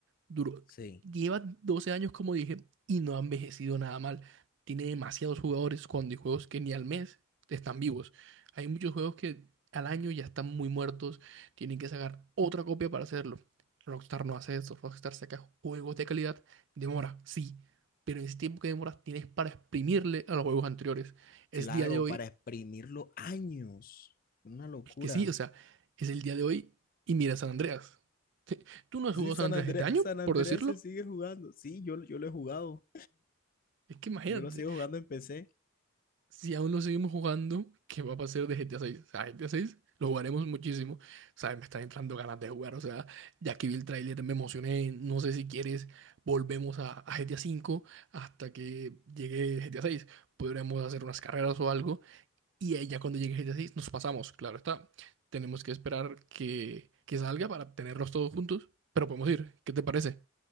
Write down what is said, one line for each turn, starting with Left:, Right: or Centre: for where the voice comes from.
Right: Duro.
Left: Sí,
Right: Lleva 12 años, como dije, y no ha envejecido nada mal. Tiene demasiados jugadores cuando hay juegos que ni al mes están vivos. Hay muchos juegos que al año ya están muy muertos, tienen que sacar otra copia para hacerlo. Rockstar no hace eso, Rockstar saca juegos de calidad, demora, sí, pero en ese tiempo que demora tienes para exprimirle a los juegos anteriores. Es
Left: claro,
Right: día de hoy
Left: para exprimirlo años. Una locura.
Right: es que sí, o sea, es el día de hoy y mira San Andreas. <laughs> ¿Tú no has
Left: Sí,
Right: jugado
Left: San
Right: San Andreas
Left: Andreas,
Right: este año,
Left: San Andreas
Right: por decirlo?
Left: se sigue jugando. Sí, yo, yo lo he jugado.
Right: Es que imagínate,
Left: Yo lo sigo jugando en PC.
Right: si aún lo seguimos jugando, ¿qué va a pasar de GTA 6? O sea, GTA 6 lo jugaremos muchísimo. Sabes, me están entrando ganas de jugar. O sea, ya que vi el tráiler me emocioné. No sé si quieres, volvemos a, a GTA 5 hasta que llegue GTA 6. Podremos hacer unas carreras o algo Y ahí ya cuando llegue GTA 6 nos pasamos, claro está. Tenemos que esperar que, que salga para tenerlos todos juntos, pero podemos ir. ¿Qué te parece?